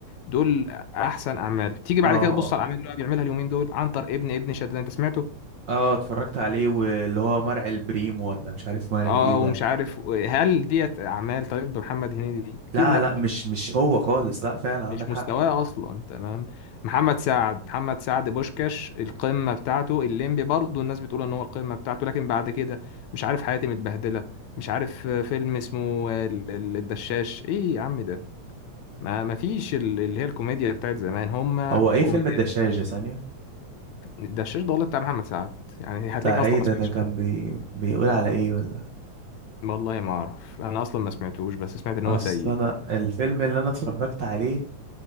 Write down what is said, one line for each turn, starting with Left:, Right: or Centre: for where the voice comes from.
Left: دول احسن اعمال تيجي بعد
Right: اه
Left: كده تبص على الاعمال اللي هو بيعملها اليومين دول عنتر ابن ابن شداد انت سمعته
Right: اه اتفرجت عليه واللي هو مرعي البريم ولا مش عارف مرعي
Left: اه
Right: ايه ده
Left: ومش عارف هل ديت اعمال طريق بمحمد هنيدي اكيد
Right: لا
Left: لا
Right: لا مش مش هو خالص لا فعلا عندك
Left: مش
Right: حق
Left: مستواه اصلا تمام محمد سعد محمد سعد بوشكاش القمه بتاعته الليمبي برضه الناس بتقول ان هو القمه بتاعته لكن بعد كده مش عارف حياتي متبهدله مش عارف فيلم اسمه ال- ال- الدشاش ايه يا عم ده ما ما فيش ال- اللي هي الكوميديا بتاعت زمان هم الكوميديا
Right: هو ايه فيلم الدشاش ده ثانيه
Left: الدشاش ده والله بتاع محمد سعد يعني هتلاقيك
Right: ده
Left: اصلا
Right: ايه
Left: ما
Right: ده
Left: سمعتش
Right: ده كان بي... بيقول على ايه ولا
Left: والله ما اعرف انا اصلا ما سمعتوش بس سمعت ان
Right: اصل
Left: هو سيء
Right: انا الفيلم اللي انا اتفرجت عليه